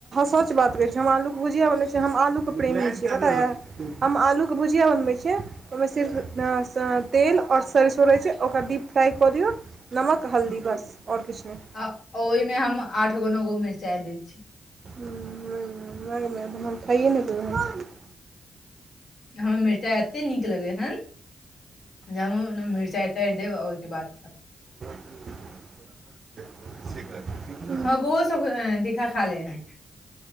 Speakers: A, on the right; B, on the left.
A: सच बात कहै छी हम आलूके भुजआ बनबै छी हम आलूके प्रेमी छियै पता ये। हम आलू के भुजिया बनबै छियै ओहिमे सिर्फ तेल आओर सरसो रहैत छै ओकरा डीप फ्राइ कऽ दियौ नमक हल्दी बस आओर किछ नहि।
B: आ ओहिमे हम आठ गो नो गो मिरचाई दय छी।
A: माय गे माय हम तऽ खाइये नहि पेबै।
B: हमरा मिरचाइ एतेक नीक लगै हन ज ओमे मिरचाइ उ तारि देब आ ओहिके बाद खाब।
A: <inaudible>
B: आब उहो सब तीखा खा ले है।